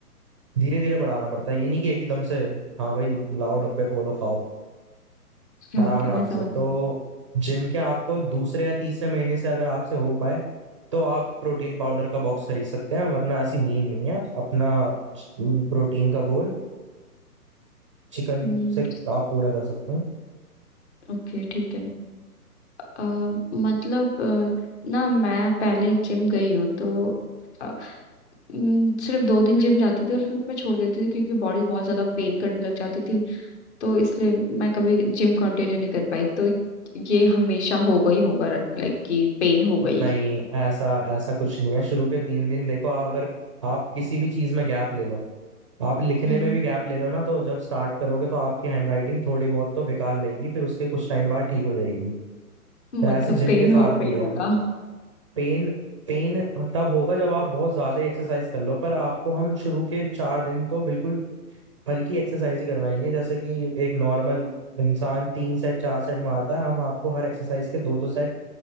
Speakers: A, on the right; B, on the left.
A: धीरे धीरे बढ़ाना पड़ता है ये नहीं कि एकदम से हाँ भाई लाओ डब्बे खोलो खाओ आराम
B: ओके
A: आराम
B: मैं समझ
A: से तो जिम के आपको दूसरे या तीसरे महीने से अगर आपसे हो पाए तो आप प्रोटीन पाउडर का बॉक्स खरीद सकते हैं वरना ऐसी नीड नहीं है अपना प्रोटीन का गोल चिकन
B: हम्म
A: से आप पूरा कर सकते हैं
B: ओके ठीक है अ, मतलब अ, ना मैं पहले जिम गई हूँ तो अ, हम्म, सिर्फ दो दिन जिम जाती थी और फिर मैं छोड़ देती थी क्योंकि बॉडी बहुत ज्यादा पेन करने लग जाती थी तो इसलिए मैं कभी जिम कंटिन्यू नहीं कर पाई तो ये हमेशा होगा ही होगा लाइक कि पेन हो गई
A: नहीं ऐसा ऐसा कुछ नहीं है शुरू के तीन दिन देखो अगर आप किसी भी चीज में गैप ले लो आप लिखने
B: हम्म
A: में भी गैप ले लो ना तो जब स्टार्ट करोगे तो आपकी हैंडराइटिंग थोड़ी बहुत तो बेकार रहेगी फिर उसके कुछ टाइम बाद ठीक हो जाएगी
B: मतलब
A: तो ऐसे जिम
B: पेन
A: के साथ
B: हो गई
A: भी है
B: होगा
A: पेन पेन तब होगा जब आप बहुत ज्यादा एक्सरसाइज कर लो पर आपको हम शुरू के चार दिन तो बिल्कुल हल्की एक्सरसाइज ही करवाएंगे जैसे कि एक नॉर्मल इंसान तीन सेट चार सेट मारता है हम आपको हर एक्सरसाइज के दो दो सेट